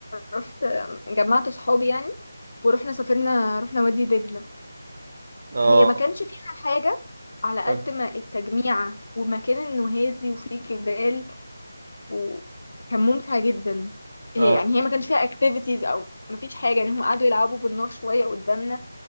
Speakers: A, on the left; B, on the right.
A: رحت جمعت صحابي يعني ورحنا سافرنا رحنا وادي دجله
B: اه
A: هي ما كانش فيها حاجه على قد
B: اه
A: ما التجميعة ومكان انه هادي وفيه جبال وكان ممتع جدا هي
B: اه
A: يعني هي ما كانش فيها اكتيفيتيز او ما فيش حاجه يعني هم قعدوا يلعبوا بالنار شويه قدامنا